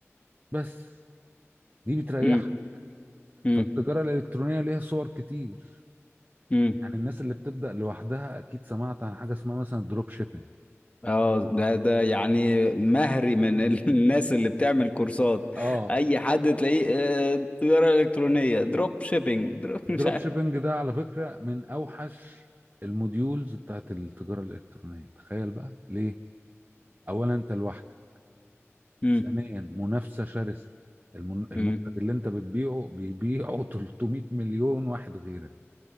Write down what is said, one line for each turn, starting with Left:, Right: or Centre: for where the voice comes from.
Right: بس دي بتريحك
Left: امم امم
Right: فالتجارة الإلكترونية ليها صور كتير
Left: امم
Right: يعني الناس اللي بتبدأ لوحدها أكيد سمعت عن حاجة اسمها مثلا دروب شيبينج
Left: اه ده ده يعني مهري من ال- <laughs> الناس اللي بتعمل كورسات
Right: آه
Left: اي حد تلاقيه آه، تجارة الكترونية دروب شيبينج دروب
Right: دروب
Left: <laughs> مش عارف
Right: شيبينج ده على فكرة من أوحش الموديولز بتاعت التجارة الإلكترونية تخيل بقى ليه؟ أولا أنت لوحدك
Left: امم
Right: ثانيا منافسة شرسة المن- المنتج
Left: امم
Right: اللي أنت بتبيعه بيبيعه <laughs> 300 مليون واحد غيرك